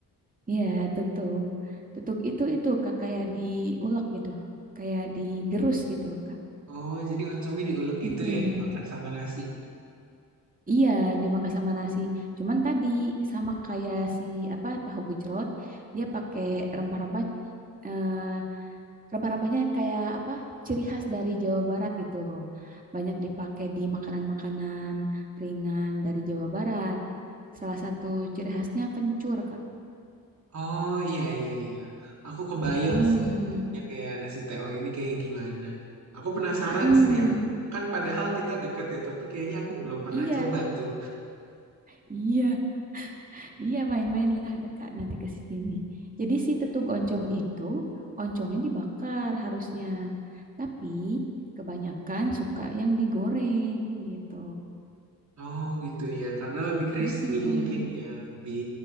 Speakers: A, on the right; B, on the right.
A: iya tutug. Tutug itu itu Kak kayak diulek gitu. Kayak digerus gitu, Kak.
B: Oh, jadi oncomnya diulek
A: Heeh.
B: gitu ya, dimakan sama nasi.
A: Iya, dimakan sama nasi. Cuman tadi sama kayak si apa tahu gejrot, dia pakai rempah-rempah eh, Rempah-rempahnya kayak apa? Ciri khas dari Jawa Barat gitu. Banyak dipakai di makanan-makanan ringan dari Jawa Barat. Salah satu ciri khasnya kencur, Kak.
B: Oh iya iya iya, aku kebayang
A: Mm-mm.
B: sih ya kayak nasi teh. Oh ini kayak gimana? Aku penasaran
A: Mm-mm.
B: sih. Kan padahal kita deket ya, tapi kayaknya aku belum pernah
A: Iya,
B: coba tuh.
A: iya, iya main-mainlah Kak nanti ke sini. Jadi si tetug oncom itu oncomnya dibakar harusnya. Tapi kebanyakan suka yang digoreng gitu.
B: Oh gitu ya, karena lebih crispy
A: Mm-mm.
B: mungkin ya, lebih